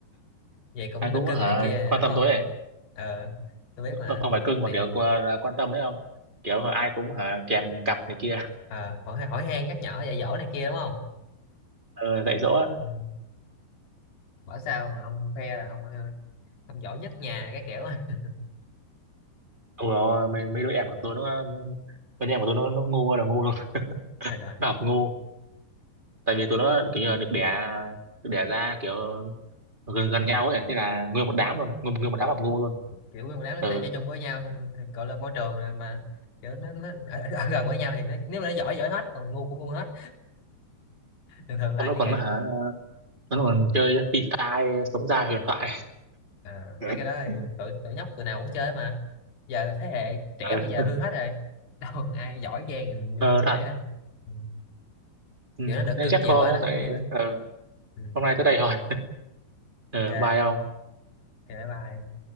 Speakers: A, on the left; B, on the right.
A: vậy cũng
B: ai
A: được
B: cũng
A: cưng
B: hả,
A: này kia
B: quan
A: đúng
B: tâm
A: không
B: tôi ấy.
A: ờ tôi biết mà
B: không không phải cưng
A: này
B: mà kiểu qua- quan tâm ấy không kiểu hả, ai cũng hả, kèm cặp này kia
A: ờ, hỏi hỏi han nhắc nhở dạy dỗ này kia đúng không
B: ờ, dạy dỗ á
A: ừ. bảo sao mà ông khoe là ông, ờ, ông giỏi nhất nhà cái kiểu <laughs>
B: Ôi rồi mấy, mấy đứa em của tôi nó mấy đứa em của tôi nó nó ngu ơi là ngu luôn
A: trời trời
B: nó học ngu tại vì tụi nó kiểu như là được đẻ được đẻ ra kiểu gần gần nhau ấy thế là nguyên một đám luôn nguyên, nguyên một đám học ngu luôn
A: kiểu nguyên một đám nó
B: ừ
A: sẽ chơi chung với nhau xong thì gọi là môi trường này mà kiểu nó, nó ở, ở gần với nhau thì nó, nếu mà nó giỏi giỏi hết còn ngu cũng ngu hết thường thường là
B: xong nó
A: như
B: còn
A: vậy
B: hả nó còn chơi phi tai sống ra huyền thoại
A: à,
B: <laughs>
A: mấy cái đó thì tụi tụi nhóc tụi nào cũng chơi mà giờ thế hệ trẻ
B: ừ,
A: bây giờ hư hết rồi <laughs> đâu ai giỏi giang như,
B: ờ,
A: như, như
B: thật
A: ấy đâu ừ.
B: ừ.
A: kiểu nó được
B: thế
A: cưng
B: chắc
A: chiều
B: thôi
A: quá
B: nhá
A: nó cũng
B: tại
A: hư á
B: ờ,
A: ừ.
B: hôm nay tới đây thôi ừ,
A: ok ok
B: bye ông
A: bye bye